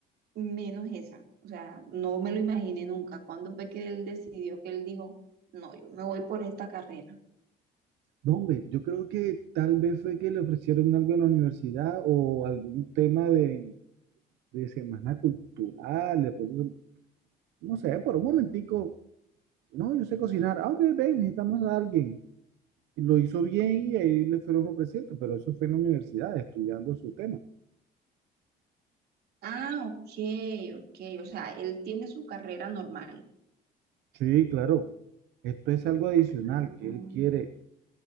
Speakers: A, on the right (about 70°); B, on the right (about 85°).
A: menos esa, o sea, no me lo imaginé nunca. ¿Cuándo fue que él decidió que él dijo, no, yo me voy por esta carrera?
B: No, hombre, yo creo que tal vez fue que le ofrecieron algo en la universidad o algún tema de, de semana cultural, de pronto, no sé, por un momentico, no, yo sé cocinar, ah, ok, ven, necesitamos a alguien. Y lo hizo bien y ahí le fueron ofreciendo, pero eso fue en la universidad, estudiando su tema.
A: Ah, ok, ok, o sea, él tiene su carrera normal.
B: Sí, claro, esto es algo adicional
A: Ah,
B: que él quiere.